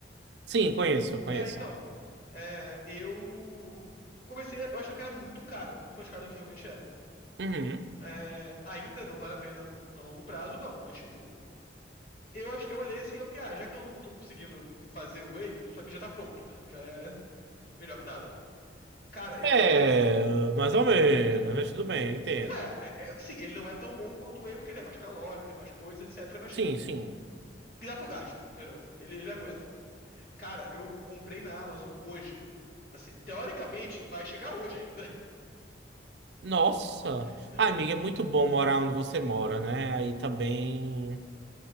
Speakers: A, on the right; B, on the left.
A: Sim, conheço, conheço.
B: É, então. é, eu comecei, eu achava que era muito caro, muito mais caro do que realmente é.
A: Uhum.
B: É, ainda não vale a pena num- a longo prazo, não, mas tipo, eu, ach- eu olhei assim e eu fiquei, ah, já que eu não tô conseguindo fazer o Whey, isso aqui já tá pronto, né? Já é <laughs> melhor que nada. Cara, eu
A: É,
B: comprei.
A: mais ou menos, mas tudo bem, eu entendo.
B: Ué, é- é- sim, ele não é tão bom quanto o Whey, porque ele é mais calórico, tem mais coisa, etc. Mas,
A: Sim,
B: tipo,
A: sim.
B: dá pro gasto, entendeu? Ele, ele aguenta. Cara, eu comprei na Amazon hoje. Assim, teoricamente, vai chegar hoje ainda.
A: Nossa.
B: <laughs>
A: Ah, amiga, é muito bom morar onde você mora, né? Aí também.